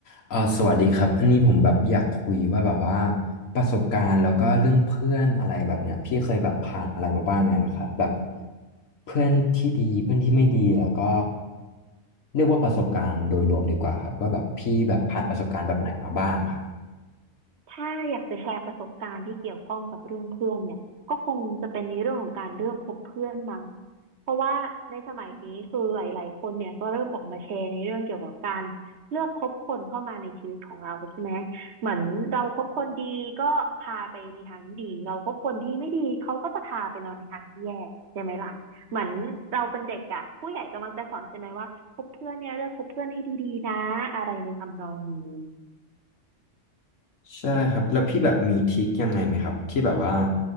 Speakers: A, on the left; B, on the right.
A: เออสวัสดีครับอันนี้ผมแบบอยากคุยว่าแบบว่าประสบการณ์แล้วก็เรื่องเพื่อนอะไรแบบเนี้ยพี่เคยแบบผ่านอะไรมาบ้างไงเหรอครับแบบเพื่อนที่ดีเพื่อนที่ไม่ดีแล้วก็เรียกว่าประสบการณ์โดยรวมดีกว่าครับว่าแบบพี่แบบผ่านประสบการณ์แบบไหนมาบ้างครับ
B: อืมถ้าอยากจะแชร์ประสบการณ์ที่เกี่ยวข้องกับเรื่องเพื่อนเนี่ยก็คงจะเป็นในเรื่องของการเลือกคบเพื่อนมั้ง เพราะว่าในสมัยนี้คือหลายๆคนเนี่ยก็เริ่มออกมาแชร์ในเรื่องเกี่ยวกับการเลือกคบคนเข้ามาในชีวิตของเราใช่ไหมเหมือนเราคบคนดีก็พาไปในทางที่ดีเราคบคนที่ไม่ดีเขาก็จะพาไปเราในทางที่แย่ใช่ไหมล่ะ เหมือนเราเป็นเด็กอะผู้ใหญ่ก็มักจะสอนใช่ไหมว่าคบเพื่อนเนี่ยเลือกคบเพื่อนให้ดีๆนะอะไรในทำนองนี้
A: ใช่ครับแล้วพี่แบบมีทริคยังไงไหมครับที่แบบว่า